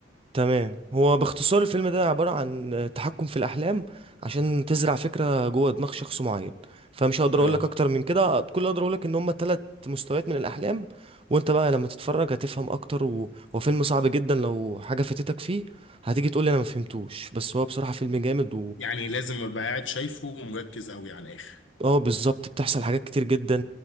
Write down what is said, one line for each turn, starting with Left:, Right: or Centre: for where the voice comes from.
Right: تمام هو باختصار الفيلم ده عبارة عن آه، تحكم في الاحلام عشان تزرع فكرة جوه دماغ شخص معين فمش هقدر
Left: اه
Right: اقول لك اكتر من كده كل اللي اقدر اقول لك ان هم ثلاث مستويات من الاحلام وانت بقى لما تتفرج هتفهم اكتر و... هو فيلم صعب جدا لو حاجة فاتتك فيه هتيجي تقول لي انا ما فهمتوش بس هو بصراحة فيلم جامد
Left: يعني لازم أبقى قاعد شايفه ومركز قوي على الآخر
Right: اه بالظبط بتحصل حاجات كتير جدا